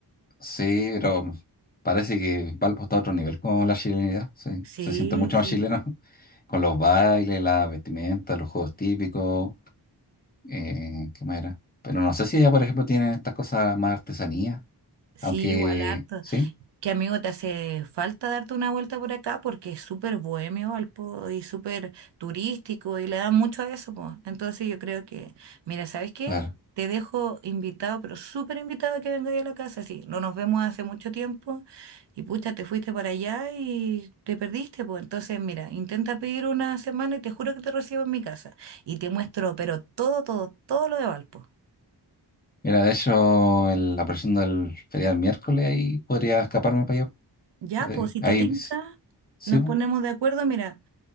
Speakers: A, on the left; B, on the right.
A: Sí, pero parece que Valpo está a otro nivel con la chilenidad, sí.
B: Sí,
A: Se siente mucho
B: sí.
A: más chileno <laughs> con los bailes, la vestimenta, los juegos típicos, eh, ¿qué más era? Pero no sé si ella, por ejemplo, tiene estas cosas más artesanía,
B: Sí,
A: aunque
B: igual harto.
A: sí,
B: que amigo, te hace falta darte una vuelta por acá porque es súper bohemio Valpo y súper turístico y le da mucho a eso, pues. Entonces yo creo que, mira, ¿sabes qué?
A: claro.
B: Te dejo invitado, pero súper invitado a que vengáis a la casa, sí. No nos vemos hace mucho tiempo y pucha, te fuiste para allá y te perdiste, pues. Entonces, mira, intenta pedir una semana y te juro que te recibo en mi casa y te muestro, pero todo, todo, todo lo de Valpo.
A: Mira, de hecho, el- la presión del feriado del miércoles, ahí podría escaparme para allá.
B: Ya,
A: de-
B: pues si te
A: Ahí,
B: tinca,
A: sí, sí,
B: nos
A: po.
B: ponemos de acuerdo, mira.